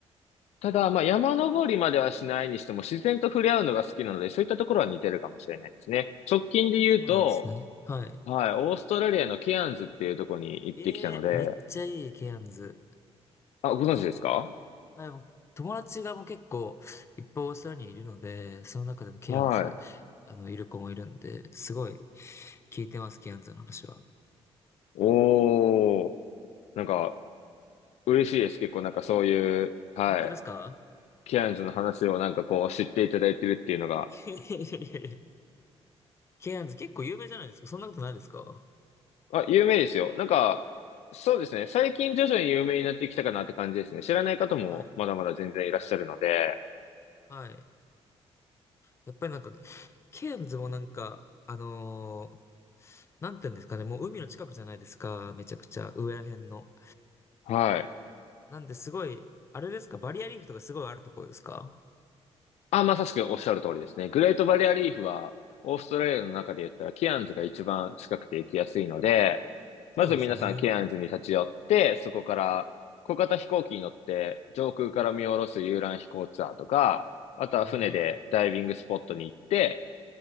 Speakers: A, on the left (about 80°); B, on the left (about 25°).
A: ただ、まあ、山登りまではしないにしても、自然と触れ合うのが好きなので、そういったところは似てるかもしれないですね。直近で言うと、
B: そうなんですね。はい。
A: はい、オーストラリアのケアンズっていうところに行ってきたので、
B: ええーめっちゃいい、ケアンズ。
A: あ、ご存知ですか
B: あでも友達がもう結構いっぱいオーストラリアにいるので、その中でもケアンズ、
A: はい。
B: あの、いる子もいるんで、すごい聞いてます、ケアンズの話は。
A: おー。なんか、嬉しいです。結構なんかそういう、はい、
B: 本当ですか
A: ケアンズの話をなんかこう知っていただいてるっていうのが、
B: <laughs> いやいやいやいや。ケアンズ結構有名じゃないですか。そんなことないですか
A: あ、有名ですよ。なんか、そうですね。最近徐々に有名になってきたかなって感じですね。知らない方もまだまだ全然いらっしゃるので、
B: はい。はい。やっぱりなんか、ケアンズもなんか、あのーなんて言うんですかね、もう海の近くじゃないですか。めちゃくちゃ、上ら辺の。
A: はい。
B: なんですごい、あれですか、バリアリーフとかすごいあるところですか
A: あ、まさしくおっしゃる通りですね。グレートバリアリーフは、オーストラリアの中で言ったら、ケアンズが一番近くて行きやすいので、
B: そうですよね。
A: まず皆さんケアンズに立ち寄って、そこから小型飛行機に乗って上空から見下ろす遊覧飛行ツアーとか、あとは船でダイビングスポットに行って、
B: えー、